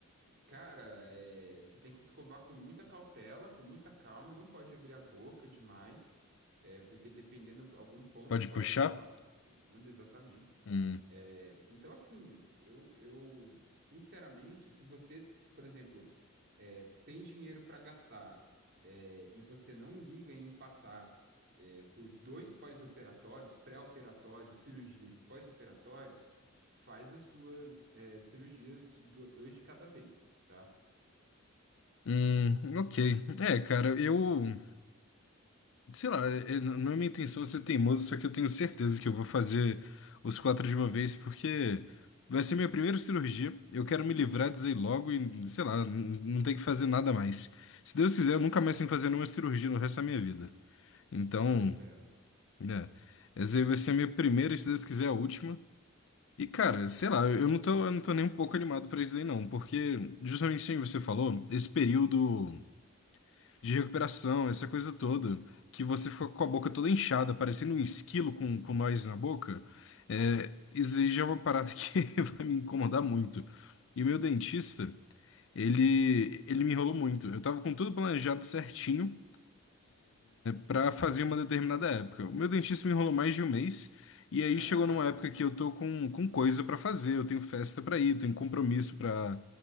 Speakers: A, on the right; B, on the left.
A: Cara, é, você tem que escovar com muita cautela, com muita calma, não pode abrir a boca demais, é, porque dependendo, algum ponto
B: Pode
A: pode
B: puxar?
A: acabar puxando exatamente.
B: Hum,
A: É, então, assim, eu, eu, sinceramente, se você, por exemplo, é, tem dinheiro para gastar, é, e você não liga em passar, é, por dois pós-operatórios, pré-operatórios, cirurgias e pós-operatórios, Faz as duas é, cirurgias, du- dois de cada vez, tá?
B: hum, ok. É, cara, eu... Sei lá, eh, n- não é minha intenção ser teimoso, só que eu tenho certeza que eu vou fazer os quatro de uma vez, porque vai ser minha primeira cirurgia. Eu quero me livrar disso aí logo e, sei lá, n- não tem que fazer nada mais. Se Deus quiser, eu nunca mais tenho que fazer nenhuma cirurgia no resto da minha vida. Então,
A: Pô, eu espero.
B: né, essa aí vai ser a minha primeira, e se Deus quiser, a última. E, cara, sei lá, eu não tô, eu não tô nem um pouco animado pra isso aí, não, porque, justamente assim você falou, esse período de recuperação, essa coisa toda, que você fica com a boca toda inchada, parecendo um esquilo com, com nós na boca, é, isso aí já é uma parada que <laughs> vai me incomodar muito. E o meu dentista, ele, ele me enrolou muito. Eu tava com tudo planejado certinho para fazer uma determinada época. O meu dentista me enrolou mais de um mês, e aí
A: Caraca,
B: chegou numa época
A: bicho.
B: que eu tô com, com coisa pra fazer, eu tenho festa pra ir, tenho compromisso pra